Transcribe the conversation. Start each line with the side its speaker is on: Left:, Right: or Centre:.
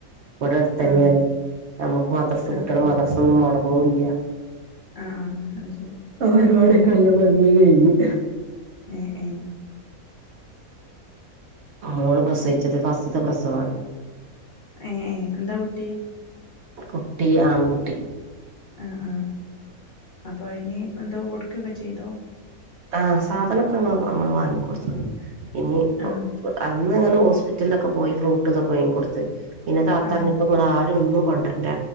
Right: ഇവിടെടുത്തന്നെണ്.
Left: ആഹ്
Right: നമുക്ക് മദർസ്
Left: ആഹ്
Right: കുട്ടെളെ മദ്രസൊന്നും മൊടങ്ങൂല്ല
Left: ആഹ് ആഹ് അത് ശരി
Right: അപരിപാടിയോക്കെല്ല ഭംഗില് കഴിഞ്ഞ്
Left: ഏ ഏ
Right: മോള് പ്രസവിച്ചത് ഫസ്റ്റ്ത്ത പ്രസവാണ്.
Left: ഏ ഏ എന്താ കുട്ടി
Right: കുട്ടി ആൺകുട്ടി
Left: ആ ആ അപ്പോ അയിന് എന്തോ കൊടുക്കക്കെ ചെയ്തോ?
Right: ആഹ് സാധനൊക്ക മ്മള് വാങ്ങി ക്കൊടുത്ത്ക്ക്ണ് ഇനി
Left: ആഹ്
Right: അന്ന് ങ്ങനെ ഹോസ്പിറ്റലിലൊക്കെ പോയി ഫ്രൂട്ട് തൊക്കെ വാങ്ങി കൊടുത്ത്. പിന്നെ താത്താറിഞ്ഞു
Left: ആഹ്
Right: ഇപ്പം ങ്ങളാരും ഒന്നും കൊണ്ട്രണ്ട